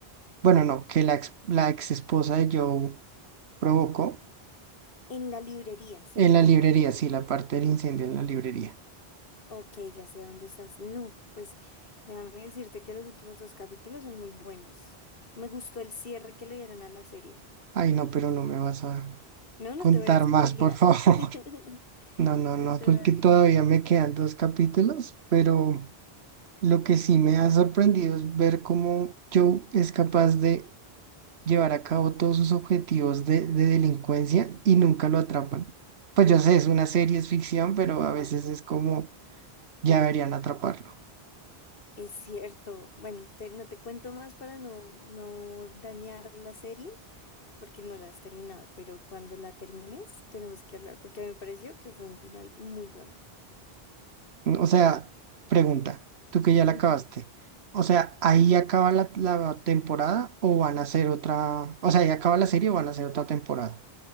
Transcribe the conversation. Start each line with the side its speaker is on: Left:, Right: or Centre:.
Right: bueno, no, que la ex, la ex esposa de Joe provocó
Left: en la librería, ¿cierto?
Right: en la librería, sí, la parte del incendio en la librería.
Left: Ok, ya sé dónde estás. No, pues déjame decirte que los últimos dos capítulos son muy buenos. Me gustó el cierre que le dieron a la serie.
Right: Ay, no, pero no me vas a
Left: No, no
Right: contar
Left: te voy a spoilear.
Right: más, por favor.
Left: <laughs>
Right: <laughs> No, no, no,
Left: No te
Right: porque
Left: voy a
Right: todavía
Left: contar.
Right: me quedan dos capítulos, pero lo que sí me ha sorprendido es ver cómo Joe es capaz de llevar a cabo todos sus objetivos de, de delincuencia y nunca lo atrapan. Pues yo sé, es una serie, es ficción, pero a veces es como ya deberían atraparlo.
Left: Es cierto. Bueno, te- no te cuento más para no, no dañar la serie, porque no la has terminado, pero cuando la termines tenemos que hablar, porque a mí me pareció que fue un final muy bueno.
Right: O sea, pregunta, tú que ya la
Left: Ujú.
Right: acabaste. O sea, ¿ahí acaba la, la temporada o van a hacer otra? O sea, ¿ahí acaba la serie o van a hacer otra temporada?